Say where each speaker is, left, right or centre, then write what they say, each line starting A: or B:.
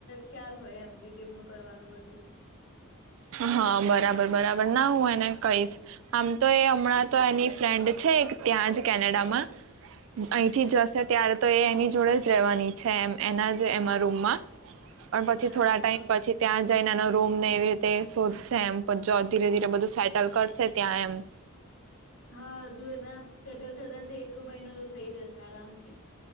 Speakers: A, on the left; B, on the right.
A: શયમમ કરવાનું બ
B: હા બરાબર બરાબર ના હું એને કહીશ આમ તો. એ હમણાં તો એની ફ્રેન્ડ છે. એક ત્યાં જ કેનેડા માં અહીંથી
A: ઓકે
B: જશે ત્યારે? તો એ એની જોડે જ રહેવાની છે? એમ એના જ એમાં રૂમમાં. પણ પછી
A: બરાબર
B: થોડા ટાઈમ
A: હા
B: પછી. ત્યાં જઈનેનો રૂમ ને એવી રીતે! શોધશે એમ. ધીરે ધીરે બધું સેટલ કરશે ત્યાં એમ.
A: હા જો એને? સેટલ થતા જ એક મહિનો તો થઈ જશે. સ. આરાામથી.